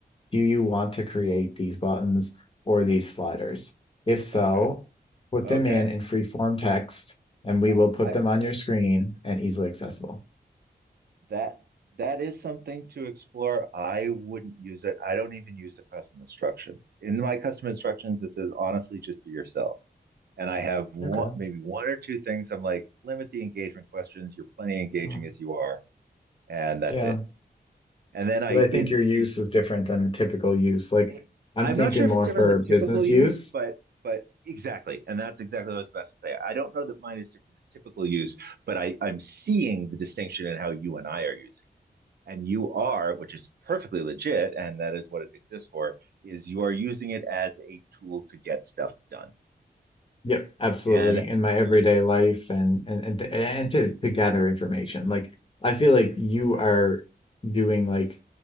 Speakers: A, on the left (about 30°); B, on the right (about 70°).
A: do you want to create these buttons or these sliders? If so,
B: Okay.
A: put
B: Okay.
A: them in in free form text and
B: I,
A: we will put
B: I
A: them on your screen and easily accessible.
B: that that is something to explore. I wouldn't use it. I don't even use the custom instructions. In my custom instructions, it says honestly, just be yourself. and I have one,
A: Okay.
B: maybe one or two things. I'm like, limit the engagement questions. You're plenty engaging
A: Well,
B: as you are, and that's
A: yeah.
B: it. And then I
A: But I think
B: in
A: your
B: in,
A: use is different than typical use. Like
B: in
A: I'm
B: I'm
A: thinking
B: not sure if
A: more
B: it's different
A: for
B: than typical
A: business
B: use,
A: use.
B: but but exactly, and that's exactly what I was about to say. I don't know that mine is different than typical use, but I I'm seeing the distinction in how you and I are using. And you are, which is perfectly legit, and that is what it exists for, is you are using it as a tool to get stuff done.
A: Yep, absolutely.
B: And
A: In my everyday life and and and to, and to to gather information. Like I feel like you are doing like